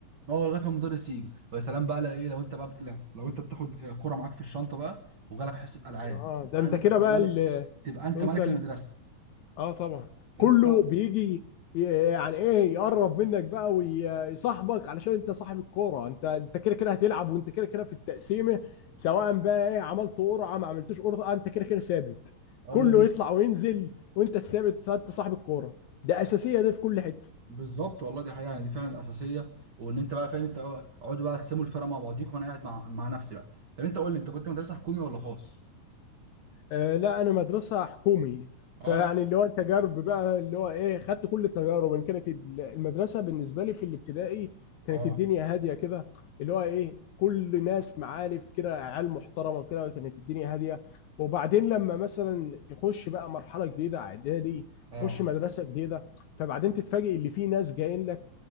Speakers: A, on the right; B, on the left.
A: هو لغايه ما المدرس يجي ويا سلام بقى لو ايه لو انت بقى لا لو انت بتاخد كرة معاك في الشنطه بقى وجالك حصه العاب
B: اه
A: يبقى
B: ده انت
A: انت
B: كده بقى
A: ملك
B: اللي
A: تبقى انت
B: انت
A: ملك المدرسه
B: اه طبعا كله
A: انت بقى
B: بيجي ي- يعني ايه يقرب منك بقى ويصاحبك علشان انت صاحب الكوره انت انت كده كده هتلعب وانت كده كده في التقسيمه سواء بقى ايه عملت قرعه ما عملتوش قرعه آه، انت كده كده ثابت
A: <laughs> ايوه
B: كله
A: بز-
B: يطلع وينزل وانت الثابت انت صاحب الكوره ده اساسيه دي في كل حته
A: بالظبط والله دي حقيقه يعني دي فعلا الاساسيه وان انت بقى فاهم انت اه، اقعدوا بقى قسموا الفرق مع بعضيك وانا قاعد مع مع نفسي بقى طب انت قول لي انت كنت مدرسه حكومي ولا خاص؟
B: آه، لا انا مدرسه حكومي
A: اه
B: فيعني
A: يعني
B: اللي هو التجارب بقى اللي هو ايه خدت كل التجارب ان كانت المدرسه بالنسبه لي في الابتدائي كانت
A: اه
B: الدنيا هاديه كده اللي هو ايه كل ناس معارف كده عيال محترمه كده كانت الدنيا هاديه وبعدين لما مثلا تخش بقى مرحله جديده اعدادي
A: اه
B: تخش مدرسه جديده فبعدين تتفاجئ اللي في ناس جايين لك